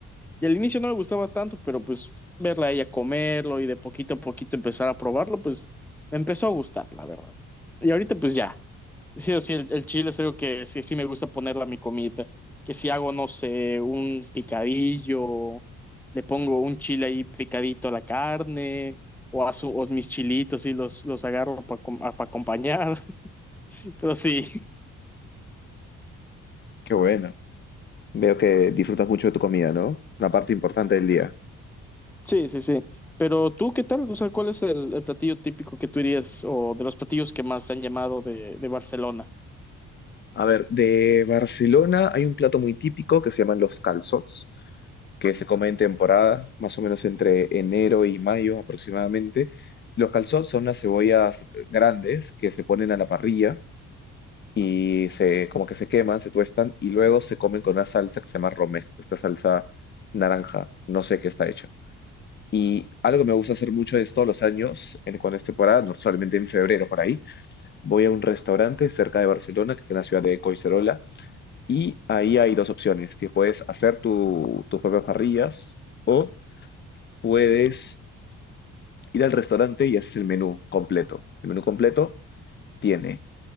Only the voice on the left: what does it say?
Qué bueno. Veo que disfrutas mucho de tu comida, ¿no? La parte importante del día.
A ver, de Barcelona hay un plato muy típico que se llaman los calçots. que se come en temporada, más o menos entre enero y mayo aproximadamente. Los calzots son unas cebollas grandes que se ponen a la parrilla y se, como que se queman, se tuestan y luego se comen con una salsa que se llama romesco, esta salsa naranja, no sé qué está hecha. Y algo que me gusta hacer mucho es todos los años, en, cuando es temporada, no solamente en febrero por ahí, voy a un restaurante cerca de Barcelona, que está en la ciudad de Coicerola, y ahí hay dos opciones, que puedes hacer tu- tus propias parrillas o puedes ir al restaurante y haces el menú completo. El menú completo tiene